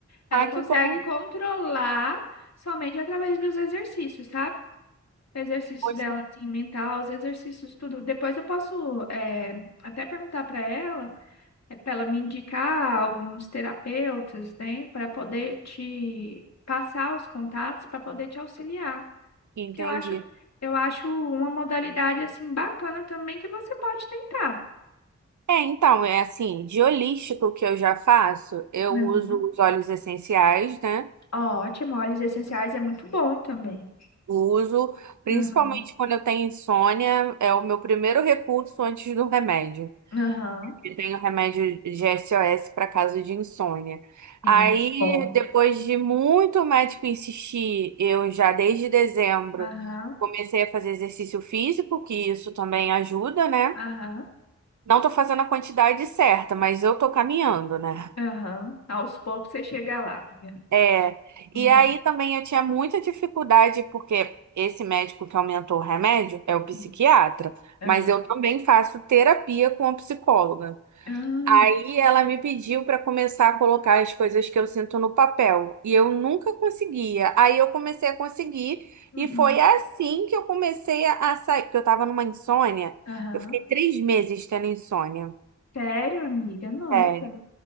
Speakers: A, on the left; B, on the right.
A: Ela
B: Ai,
A: consegue
B: que bom.
A: controlar somente através dos exercícios, sabe? exercício
B: Poxa.
A: dela, assim, mental, os exercícios, tudo. Depois eu posso é, até perguntar para ela, é, para ela me indicar alguns terapeutas, né, para poder te passar os contatos, para poder te auxiliar.
B: Entendi.
A: Porque eu acho, eu acho uma modalidade, assim, bacana também que você pode tentar.
B: É, então, é assim, de holístico que eu já faço, eu
A: Aham.
B: uso os óleos essenciais, né?
A: Ótimo, óleos essenciais é muito bom também.
B: Uso, principalmente
A: Aham,
B: quando eu tenho insônia, é o meu primeiro recurso antes do remédio.
A: aham,
B: Eu tenho remédio de S O S para caso de insônia.
A: sim,
B: Aí,
A: que bom.
B: depois de muito médico insistir, eu já desde dezembro
A: Aham,
B: comecei a fazer exercício físico, que isso também ajuda, né?
A: aham,
B: Não tô fazendo a quantidade certa, mas eu tô caminhando, né?
A: aham. Aos poucos você chega lá, amiga.
B: É,
A: Uhum.
B: e aí também eu tinha muita dificuldade, porque esse médico que aumentou o remédio é o psiquiatra,
A: Sim. Aham.
B: mas eu também faço terapia com a psicóloga.
A: Ah,
B: Aí ela me pediu para começar a colocar as coisas que eu sinto no papel, e eu nunca conseguia. Aí eu comecei a conseguir,
A: uhum.
B: e foi assim que eu comecei a, a sair, porque eu estava numa insônia,
A: Aham.
B: eu fiquei três meses tendo insônia.
A: Sério, amiga? Nossa,
B: É.